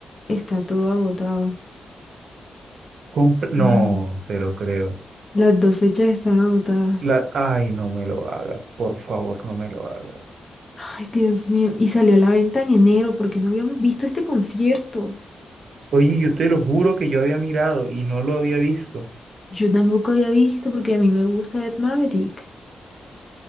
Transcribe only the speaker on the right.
Compr- no,
te lo creo.
La, ay, no me lo hagas, por favor, no me lo hagas.
Oye, yo te lo juro que yo había mirado y no lo había visto.